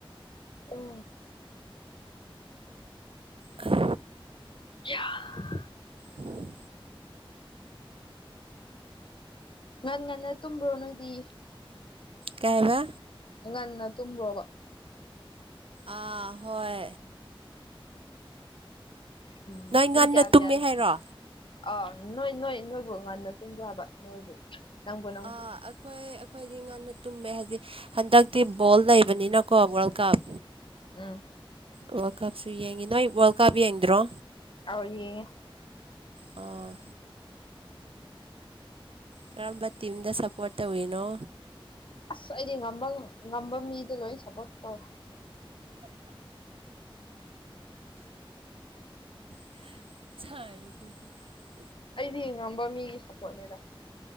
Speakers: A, on the left (about 60°); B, on the right (about 75°).
A: ꯑꯝ
B: ꯈ
A: ꯌꯥꯌꯥ
B: ꯎꯝ
A: ꯉꯟ ꯉꯟꯅ ꯇꯨꯝꯕ꯭ꯔꯣ ꯅꯣꯏꯗꯤ
B: ꯀꯩꯏꯕ
A: ꯉꯟꯅ ꯇꯨꯝꯕ꯭ꯔꯣꯕ
B: ꯑꯥ ꯍꯣꯏ
A: ꯎꯝ
B: ꯅꯣꯏ
A: ꯄꯨꯡ
B: ꯉꯟꯅ
A: ꯀꯌꯥ
B: ꯇꯨꯝꯃꯦ
A: ꯀꯌꯥ
B: ꯍꯥꯏꯔꯣ
A: ꯑ ꯅꯣꯏ ꯅꯣꯏ ꯅꯣꯏꯕꯨ ꯉꯟꯅ ꯇꯨꯝꯕ꯭ꯔꯕ ꯅꯣꯏꯕꯨ ꯅꯪꯕꯨ ꯅꯪꯕꯨ
B: ꯑꯥ ꯑꯈꯣꯏ ꯑꯈꯣꯏꯅꯤ ꯉꯟꯅ ꯇꯨꯝꯃꯦ ꯍꯥꯏꯗꯤ ꯍꯟꯗꯛꯇꯤ ꯕꯣꯜ ꯂꯩꯕꯅꯤꯅꯀꯣ ꯋꯥꯔꯜ ꯀꯞ
A: ꯎꯝ
B: ꯋꯥꯔꯜ ꯀꯞꯁꯨ ꯌꯦꯡꯉꯤ ꯅꯣꯏ ꯋꯥꯔꯜ ꯀꯞ ꯌꯦꯡꯗ꯭ꯔꯣ
A: ꯑꯧ ꯌꯦꯡꯉꯦ
B: ꯑꯥ ꯀꯔꯝꯕ ꯇꯤꯝꯗ ꯁꯞꯄꯣꯔꯠ ꯇꯧꯋꯤꯅꯣ
A: ꯑꯁ ꯑꯩꯗꯤ ꯉꯝꯕ ꯉꯝꯕ ꯃꯤꯗ ꯂꯣꯏ ꯁꯞꯄꯣꯔꯠ ꯇꯧꯏ
B: <unintelligible>
A: ꯑꯩꯗꯤ ꯉꯝꯕ ꯃꯤꯒꯤ ꯁꯞꯄꯣꯔꯠꯅꯤꯗ